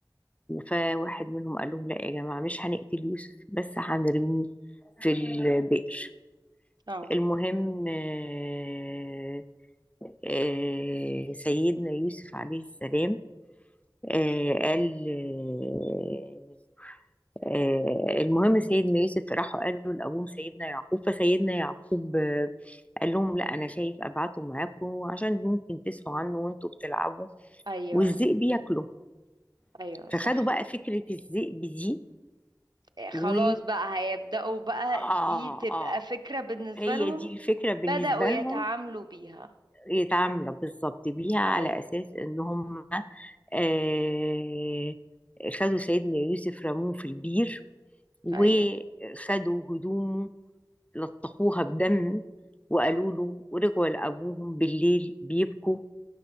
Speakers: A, on the left; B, on the right.
A: فواحد منهم قال لهم لا يا جماعة مش هنقتل يوسف بس هنرميه في البئر
B: اه
A: المهم آه، آه، سيدنا يوسف عليه السلام آه، قال آه، آه، المهم سيدنا يوسف راحوا قالوا لأبوهم سيدنا يعقوب فسيدنا يعقوب آه، قال لهم لا أنا شايف أبعته معاكم عشان ممكن تسهوا عنه وأنتوا بتلعبوا
B: ايوه
A: والذئب ياكله
B: ايوه صح
A: فخدوا بقى فكرة الذئب دي
B: إيه، خلاص
A: و
B: بقى هيبدأوا بقى
A: آه
B: دي تبقى
A: آه
B: فكرة بالنسبة
A: هي
B: لهم
A: دي الفكرة بالنسبة
B: بدأوا يتعاملوا
A: لهم
B: بيها
A: يتعاملوا بالظبط بيها على
B: ايوه
A: أساس إن هم آه خدوا سيدنا يوسف رموه في البير وخدوا
B: ايوه
A: هدومه لطخوها بدم وقالوا
B: اه
A: له ورجعوا لأبوهم بالليل بيبكوا